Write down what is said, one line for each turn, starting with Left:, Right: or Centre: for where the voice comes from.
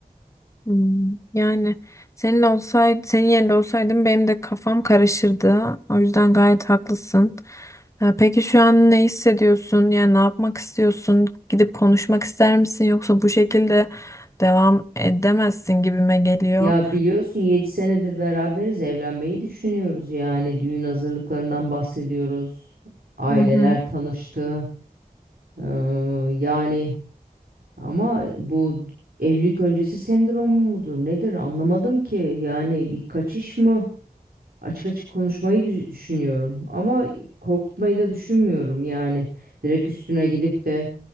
Left: Hmm, Yani senin olsaydı, senin yerinde olsaydım benim de kafam karışırdı. O yüzden gayet haklısın. Ee, Peki şu an ne hissediyorsun? Yani ne yapmak istiyorsun? Gidip konuşmak ister misin? Yoksa bu şekilde devam edemezsin gibime geliyor.
Right: Ya biliyorsun 7 senedir beraberiz evlenmeyi düşünüyoruz yani düğün hazırlıklarından bahsediyoruz. Aileler
Left: Hı hı.
Right: tanıştı. Eee, yani Ama bu evlilik öncesi sendrom mudur nedir anlamadım ki. Yani bir kaçış mı? Açık açık konuşmayı dü- düşünüyorum ama korkutmayı da düşünmüyorum yani. Direkt üstüne gidip de